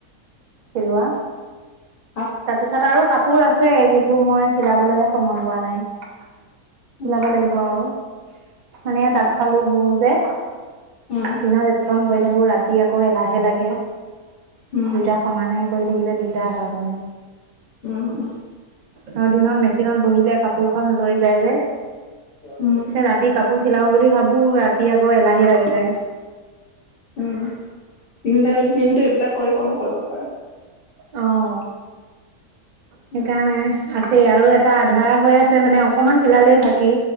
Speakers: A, on the right; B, on the left.
A: চিলোৱা।
B: অঁ
A: তাৰপিছত আৰু কাপোৰ আছে কিন্তু মই চিলাবলৈ হে সময় গোৱা নাই। চিলাব
B: উম
A: লাগিব আৰু। মানে
B: উম
A: তাঁত খলো বওঁ যে
B: উম
A: দিনত এইটো কাম কৰি। আকো ৰাতি আকৌ এলাহে লাগে দুচইতা
B: উম
A: সমানে কৰি থাকিলে দিগদাৰ হয় মানে
B: উম উম
A: আৰু দিনত মেচিনত বহিলে কাপোৰ খ ৰৈ যায় যে
B: উম
A: তে ৰাতি কাপোৰ চিলাও বুলি ভাবো ৰাতি আকৌ এলাহী লাগি যায়
B: উম দিনডাল দিনটো এইবিলাক কৰি কনো কৰিব পাৰে
A: অঁ সেইকাৰণে
B: উম
A: নাই আ আৰু এটা আধা হৈ আছে মানে অকমান চিলালেই বাকী